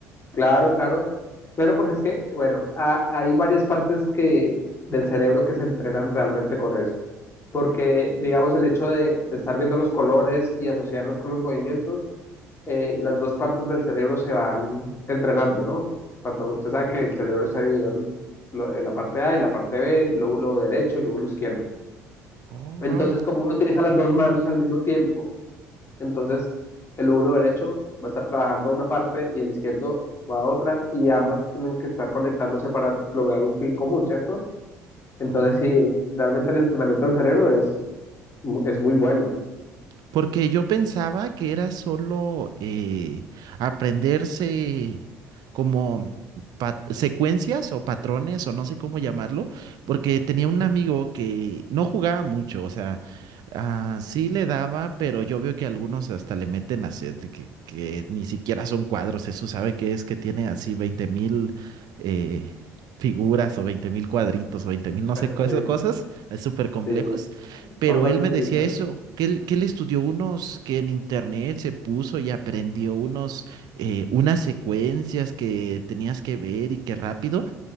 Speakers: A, on the left; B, on the right.
A: claro, claro. Claro, porque es que, bueno, ha- hay varias partes que, del cerebro que se entrenan realmente con eso. porque digamos el hecho de, de, estar viendo los colores y asociarlos con los movimientos, eh, las dos partes del cerebro se van entrenando, ¿no? tanto usted sabe que el cerebro está dividido en, lo, en la parte A y la parte B, lóbulo derecho y lóbulo izquierdo.
B: Oh,
A: Entonces, como uno utiliza las dos manos al mismo tiempo, entonces el lóbulo derecho va a estar trabajando una parte y el izquierdo va a otra y ambas tienen que estar conectándose para lograr un fin común, ¿cierto? Entonces,
B: wow.
A: sí, el- realmente el entrenamiento del cerebro es, mu- es muy bueno.
B: Porque yo pensaba que era solo eh, aprenderse como pa- secuencias o patrones o no sé cómo llamarlo, porque tenía
A: ¿sí?
B: un amigo que no jugaba mucho, o sea, ah, sí le daba, pero yo veo que algunos hasta le meten a set, que, que ni siquiera son cuadros, eso sabe que es que tiene así veinte mil eh, figuras o veinte mil cuadritos o veinte mil no sé,
A: Sí,
B: cosas, cosas eh, súper complejos.
A: sí,
B: Pero
A: formas
B: él
A: distintas.
B: me decía eso, que él, que él estudió unos, que en internet se puso y aprendió unos, eh, unas secuencias que tenías que ver y que rápido,